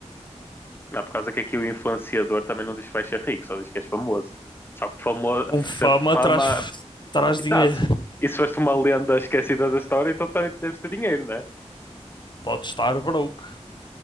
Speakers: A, on the left; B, on the left.
A: Não, por causa que aqui o influenciador também não diz que vais ser rico, só diz que és famoso. Só que famoso,
B: Com fama
A: ser fama.
B: traz, traz
A: Exato.
B: dinheiro.
A: E se foste uma lenda esquecida da história, então também deves ter dinheiro, né?
B: Pode estar broke.